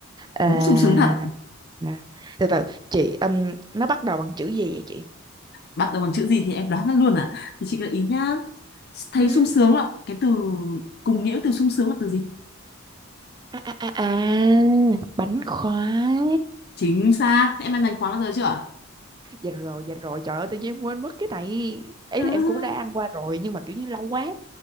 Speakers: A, on the right; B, on the left.
A: à
B: đúng sung sướng thật
A: mà- từ từ chị um, nó bắt đầu bằng chữ gì vậy chị
B: bắt đầu bằng chữ gì thì em đoán ra luôn à thì chị gợi ý nhá thấy
A: Ừm,
B: sung sướng là cái từ cùng nghĩa với từ sung sướng là từ gì
A: à, à, à, à, bánh khoái
B: chính xác em ăn bánh khóa bao giờ chưa <laughs>
A: dạ rồi dạ rồi trời ơi tự nhiên em quên mất cái này ý
B: Ừ.
A: là em cũng đã ăn qua rồi nhưng mà kiểu như lâu quá